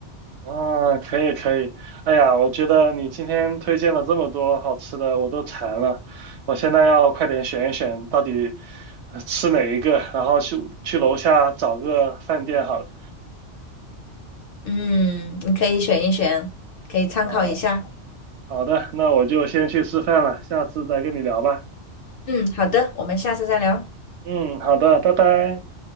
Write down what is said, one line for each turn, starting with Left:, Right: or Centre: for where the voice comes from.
Right: 啊，可以可以，哎呀，我觉得你今天推荐了这么多好吃的，我都馋了，我现在要快点选一选到底呃吃哪一个，然后去去楼下找个饭店好了。
Left: 嗯，你可以选一选，可以参考一下。
Right: 好好的，那我就先去吃饭了，下次再跟你聊吧。
Left: 嗯，好的，我们下次再聊，
Right: 嗯，好的，拜拜。